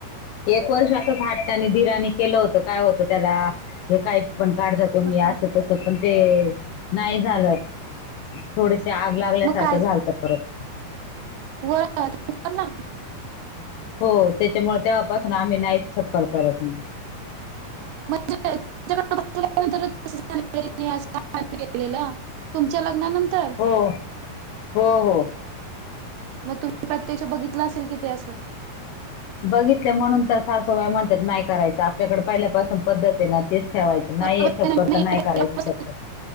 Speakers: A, on the left; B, on the right.
A: एक वर्ष असंच हट्टानी दिरानी केलं होतं, काय होतं त्याला? हे काही पण काढता तुम्ही?
B: हां.
A: असं, तसं पण ते नाही झालं. थोडेसे आग लागल्यासारखं
B: मग काय
A: झालंत परत.
B: वर <unintelligible>
A: हो, त्याच्यामुळे तेव्हापासून आम्ही नाहीच छप्पर करत मग.
B: <unintelligible> <unintelligible> तुमच्या लग्नानंतर?
A: हो, हो हो.
B: मग तुम्ही प्रत्यक्ष बघितलं असेल की ते असं?
A: बघितलं म्हणून त सासूबाई म्हणतात नाही करायच. आपल्याकडे पहिल्यापासून पद्धत आहे ना, तेच ठेवायच. नाहीय
B: बरोबर
A: छप्पर,
B: आहे ना?
A: तर नाही
B: पहिल्यापासून
A: करायच छप्पर.